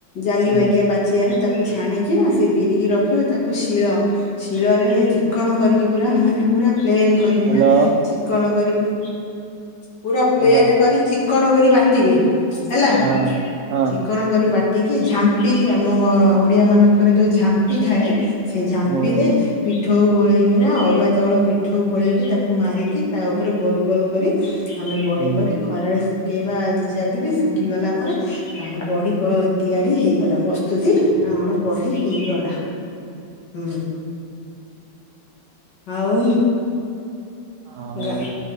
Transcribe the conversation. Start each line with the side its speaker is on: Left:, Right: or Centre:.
Left: ଜାଲି
Right: ହଁ
Left: ବାଗିଆ ପାଚିଆରେ ତାକୁ ଛାଣିକି ନା ସେ ବିରିକି ରଖିବ ତାକୁ ଶୀଳ ଶୀଳରେ ଚିକଣ କରିକି ପୁରା ମାନେ ପୁରା ପ୍ଲେନ୍ କରିକି
Right: ହ୍ୟାଲୋ
Left: ନା ଚିକଣ କରିକି ପୁରା
Right: ହ୍ୟାଲୋ।
Left: ପ୍ଲେନ୍ କରି ଚି କଣ କରି ବାଟିବେ ହେଲା
Right: ହଁ ହଁ
Left: ଚିକଣ କରି ବା ଟି କି ଝାମ୍ପିକି ଆମ ଓ ଓଡିଆ ମାନଙ୍କର ଯୋଉ ଝାମ୍ପ ମ୍ପି ଥାଏ ସେ ଝାମ୍ପିରେ
Right: ହୁଁ
Left: ପିଠ ପିଠଉ ଗୋଳେଇକିନା ଅରୁଆ ଚାଉଳ ପିଠଉ ଗୋଳେଇକି ତାକୁ ମାରିକି ତା ଉପରେ ଗୋଲ ଗୋଲ କରି ଆମେ ବଢି
Right: ହୁଁ
Left: କରି ଖରାରେ ଶୁ ଶୁଖେଇବା ଦି ଚାରି ଦିନି ଶୁଖିଗଲା ପରେ ତା ବଢି ପ ତିଆରି ହେଇଗଲା ପ୍ରସ ସ୍ତୁତି ଆମର ବଢି ହେଇଗଲା। ହୁଁ ଆଉ
Right: ଆଉ
Left: ଗାଁ